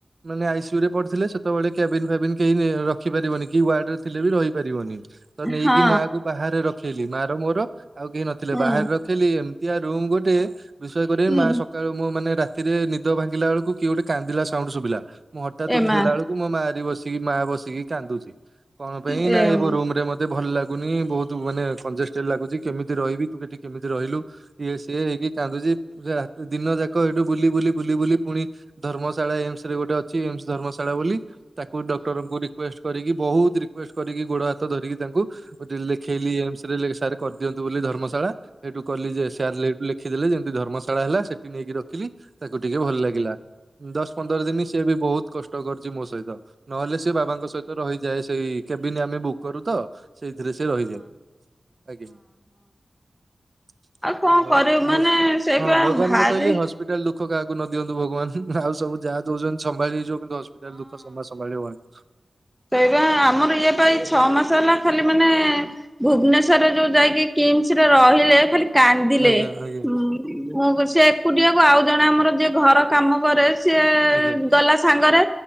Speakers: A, on the right; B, in the centre.
A: ମାନେ ଆଇସ୍ୟୁ ରେ ପଡିଥିଲେ ସେତେବେଳେ କ୍ୟାବିନ ଫ୍ୟାବିନ କେହି ନେ ରଖିପାରିବନି କି ୱାର୍ଡ ରେ ଥିଲେ ବି ରହିପାରିବନି। ତ ନେଇକି
B: ହଁ
A: ମା କୁ ବାହାରେ ରଖେଇଲି ମା ର ମୋର ଆଉ କେହି ନଥିଲେ
B: ହୁଁ
A: ବାହାରେ ର ଖିଲି ଏମତିଆ ରୁମ୍ ଗୋଟେ ବିଶ୍ବାସ କରିବେନି
B: ହୁଁ
A: ମାଆ ସ ସକାଳୁ ମୁଁ ମାନେ ରାତିରେ ନିଦ ଭାଙ୍ଗିଲା ବେଳକୁ କିଏ ଗୋଟେ କାନ୍ଦିଲା ସାଉଣ୍ଡ ଶୁଭିଲା ମୁଁ ହଠାତ୍
B: ଏମା
A: ଉଠିଗଲା ବେଳକୁ। ମୋ ମାଆ ରି ବସିକି ମାଆ ବସିକି କାନ୍ଦୁଚି କଣ ପାଇଁ
B: ହଁ-ହଁ-ହଁ-ହଁ-ହଁ-ହଁ-ହଁ।
A: ନା ଏ ବ ମୋ ରୁମ୍ ରେ ମତେ ମତେ ଭଲ ଲାଗୁନି ବହୁତ ମାନେ କଞ୍ଜେଷ୍ଟେଡ ଲାଗୁଚି କେମିତି ରହିବି ତୁ ଏଠି କେମିତି ରହିଲୁ? ଇଏ ସିଏ ହେଇକି କାନ୍ଦୁଚି ଯା ଦିନ ଯାକ ଏଇଠୁ ବୁଲି ବୁଲି ବୁଲି ବୁଲି ପୁଣି। ଧର୍ମଶାଳା ଏମ୍ ସ ରେ ଗୋଟେ ଅଛି ଏମ୍ ସ ଧର୍ମଶାଳା ବୋଲି। ତାକୁ ଡକ୍ଟରଙ୍କୁ ରିକ୍ବେଷ୍ଟ କରିକି ବହୁତ୍ ରିକ୍ବେଷ୍ଟ କରିକି ଗୋଡ ହାତ ଧରିକି ତାଙ୍କୁ। ଲେଖେଇଲି ଏମ୍ ସ ରେ ସାର୍ କରଦିଅନ୍ତୁ ବୋଲି ଧର୍ମଶାଳା ସେଇଠୁ କଲି ଯେ ଏସ ଆର ଲେ ଲେ ଲେଖିଦେଲେ ଯେମିତି ଧର୍ମଶାଳା ହେଲା ସେଠି ନେଇକି ରଖିଲି। ତାକୁ ଟିକେ ଭଲ ଲାଗିଲା ଦଶ ପନ୍ଦର ଦିନ୍ ସିଏ ବି ବହୁତ୍ କଷ୍ଟ କରିଚି ମୋ ସହିତ। ନହେଲେ ସେ ବାବାଙ୍କ ସହିତ ରହିଯାଏ ସେଇ କେବିନ୍ ଆମେ ବୁକ୍ କରୁ ତ ସେଇଥିରେ ସେ ରହିଯାଏ। ଆଜ୍ଞା
B: କଣ କରିବୁ
A: ଆଉ ମୁଁ
B: ମାନେ
A: ହସ୍ ହଁ
B: ସେଇପା
A: ଭଗବାନଙ୍କୁ
B: ଭାରି
A: କହିଲି ହସ୍ ହସ୍ପିଟାଲ୍ ଦୁଃଖ କାହାକୁ ନ ଦିଅନ୍ତୁ ଭଗବାନ ଆଉ ସବୁ ଯାହା ଦେଉଛନ୍ତି ସମ୍ଭାଳିି ହେଇଯିବ କିନ୍ତୁ ହସ୍ପିଟାଲ୍ ଦୁଃଖ ଜମା ସମ୍ଭାଳି ହବନି।
B: ସେଇରା ଆମର ଇଏ ପା ଏଇ ଛଅ ମାସ ହେଲା ଖାଲି ମାନେ। ଭୁବନେଶ୍ଵରରେ ଯୋଉ ଯାଇକି କିମ୍ ସ୍ ରେ ରହିଲେ ଖାଲି କାନ୍ଦିଲେ
A: ଆଜ୍ଞା ଆଜ୍ଞା
B: ହୁଁ। ମୁଁ କୁ ସେ ଏକୁଟିଆକୁ ଆଉ ଜଣେ ଆମର ଯିଏ ଘର କାମ କରେ ସିଏ।
A: ଆଜ୍ଞା।
B: ଗଲା ସାଙ୍ଗରେ